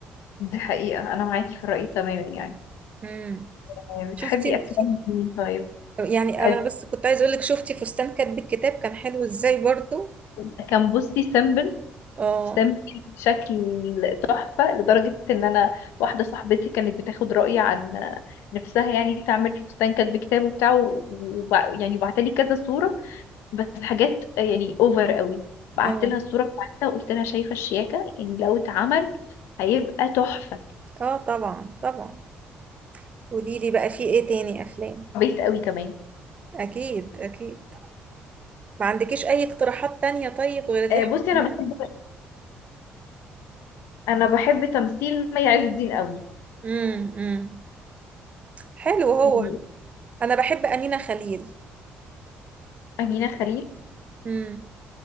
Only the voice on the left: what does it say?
دي حقيقة أنا معاكي في الرأي تماما يعني
آه، بتحبي
أفلام مين طيب؟
آه،
كان كان بصي سمبل
سمك بشكل تحفة لدرجة إن أنا واحدة صاحبتي كانت بتاخد رأيي عن نفسها يعني تعمل فستان كاتب كتاب وبتاع و- وبع... يعني بعتلي كذا صورة بس حاجات يعني أوفر قوي بعت
لها الصورة بتاعتها وقلت لها شايفة الشياكة يعني لو اتعمل هيبقى تحفة
بيت قوي كمان
آه،
بصي
أنا بحب أنا بحب تمثيل مي عز الدين قوي
يعني
أمينة خليل